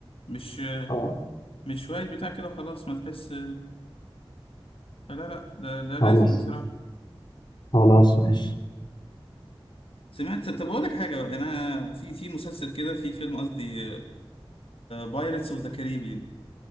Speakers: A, on the left (about 75°); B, on the left (about 50°).
A: مش
B: اه
A: مش شوية بتاع كده وخلاص ما تحس فلا لا ده, ده لازم
B: خلاص
A: بصراحة
B: خلاص ماشي
A: سمعت طب أقول لك حاجة بقى أنا في في مسلسل كده في فيلم قصدي بايرتس اوف ذا كاريبيان